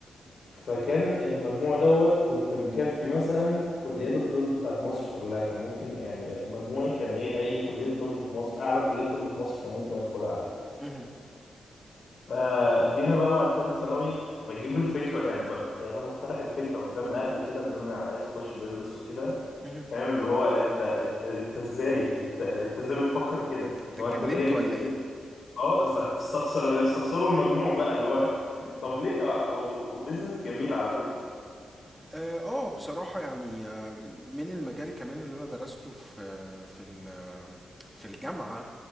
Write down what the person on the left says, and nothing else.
فكان المجموع دوت كنت مكفي مثلا كليات الطب بتاعت مصر كلها كان ممكن يعني مجموعي كان ايه اي كلية طب في مصر اعلى كلية طب في مصر كان ممكن ادخلها عادي
فجينا بقى بعد ثالثة ثانوي بجيب الفكرة يعني ب... يعني انا بقترح الفكرة قدام اهلي كده ان انا عايز اخش بيزنس وكده
فاهم اللي هو انت انت انت ازاي انت انت ازاي بتفكر كده
لو
انت جايب
كده
اه است- هتستخسر استخسروا المجموع بقى اللي هو <laughs> طب ليه و- وبيزنس جميل على فكرة